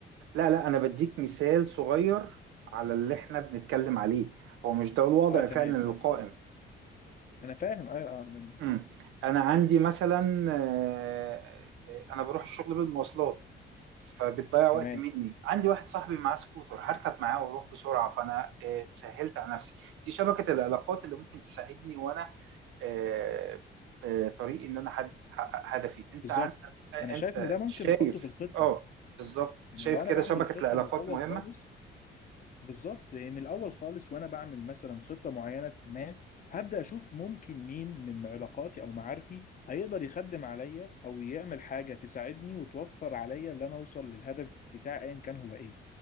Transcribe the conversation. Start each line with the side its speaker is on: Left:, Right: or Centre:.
Right: لا لا انا بديك مثال صغير على اللي احنا بنتكلم عليه هو مش ده الوضع
Left: اه تمام
Right: فعلا القائم
Left: انا فاهم ايوه آه، أنا نسيت.
Right: مم. انا عندي مثلا آه، آه، انا بروح الشغل بالمواصلات فبتضيع وقت
Left: تمام
Right: مني عندي واحد صاحبي معاه سكوتر هركب معاه واروح بسرعه فانا آه، سهلت على نفسي دي شبكه العلاقات اللي ممكن تساعدني وانا آه، في طريق ان انا حد- احقق هدفي انت
Left: بالظبط
Right: عن آه،
Left: انا شايف
Right: انت
Left: ان ده ممكن
Right: شايف
Left: نحطه في الخطه
Right: اه بالظبط
Left: يعني
Right: شايف
Left: لو انا
Right: كده
Left: بعمل
Right: شبكه
Left: الخطه
Right: العلاقات
Left: من الاول
Right: مهمه
Left: خالص بالظبط لان الاول خالص وانا بعمل مثلا خطه معينه ما هبدا اشوف ممكن مين من علاقاتي او معارفي هيقدر يخدم عليا او يعمل حاجه تساعدني وتوفر عليا ان انا اوصل للهدف بتاعي ايا كان هو ايه